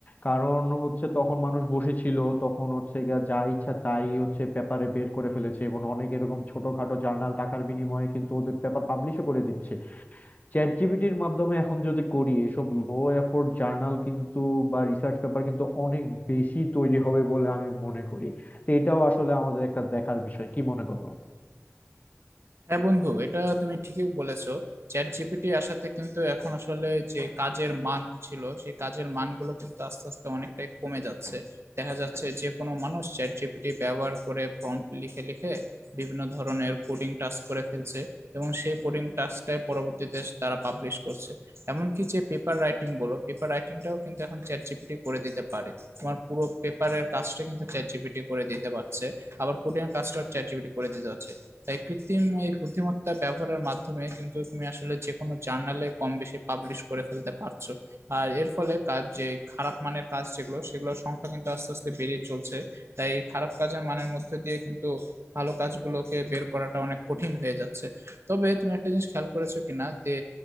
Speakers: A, on the left (about 35°); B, on the right (about 65°).
A: কারণ হচ্ছে তখন মানুষ বসেছিল তখন হচ্ছে গিয়া যা ইচ্ছা তাই হচ্ছে পেপারে বের করে ফেলেছে এবং অনেক এরকম ছোটখাটো জার্নাল টাকার বিনিময়ে কিন্তু ওদের পেপার পাবলিশও করে দিচ্ছে চ্যাট জিপিটির মাধ্যমে এখন যদি করি এসব লো এফোর্ট জার্নাল কিন্তু বা রিসার্চ পেপার কিন্তু অনেক বেশি তৈরি হবে বলে আমি মনে করি তো এটাও আসলে আমাদের একটা দেখার বিষয় কি মনে করো
B: হ্যাঁ বন্ধু এটা তুমি ঠিকই বলেছো চ্যাট জিপিটি আসাতে কিন্তু এখন আসলে যে কাজের মান ছিল সেই কাজের মানগুলো কিন্তু আস্তে আস্তে অনেকটাই কমে যাচ্ছে দেখা যাচ্ছে যে কোনো মানুষ চ্যাট জিপিটি ব্যবহার করে প্রম্পট লিখে লিখে বিভিন্ন ধরনের কোডিং টাস্ক করে ফেলছে এবং সেই কোডিং টাস্কটাই পরবর্তীতে তারা পাবলিশ করছে এমনকি যে পেপার রাইটিং বলো পেপার রাইটিংটাও কিন্তু এখন চ্যাট জিপিটি করে দিতে পারে তোমার পুরো পেপারের কাজটা কিন্তু চ্যাট জিপিটি করে দিতে পারছে আবার কোডিং এর কাজটাও চ্যাট জিপিটি করে দিতে পারছে তাই কৃত্রিম এই বুদ্ধিমত্তা ব্যবহারের মাধ্যমে কিন্তু তুমি আসলে যে কোনো জার্নালে কম বেশি পাবলিশ করে ফেলতে পারছো আর এর ফলে কাজ যে খারাপ মানের কাজ যেগুলো সেগুলোর সংখ্যা কিন্তু আস্তে আস্তে বেড়ে চলছে তাই খারাপ কাজের মানের মধ্যে দিয়ে কিন্তু ভালো কাজগুলোকে বের করাটা অনেক কঠিন হয়ে যাচ্ছে তবে তুমি একটা জিনিস খেয়াল করেছো কিনা যে